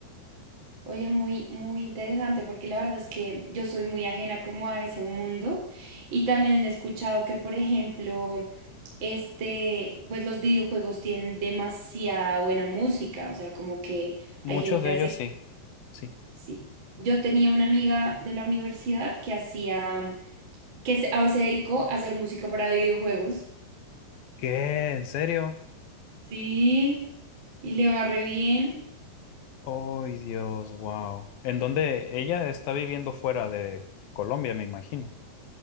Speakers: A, on the right (about 30°); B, on the left (about 65°).
A: Oye, muy, muy interesante porque la verdad es que yo soy muy ajena como a ese mundo y también he escuchado que, por ejemplo, este, pues los videojuegos tienen demasiada buena música, o sea, como que
B: Muchos
A: hay gente
B: de
A: así.
B: ellos sí. Sí.
A: Sí. Yo tenía una amiga de la universidad que hacía, que se, ahora se dedicó a hacer música para videojuegos.
B: ¿Qué? ¿En serio?
A: Sí, y le va re bien.
B: ¡Ay, Dios! ¡Wow! En donde ella está viviendo fuera de Colombia, me imagino.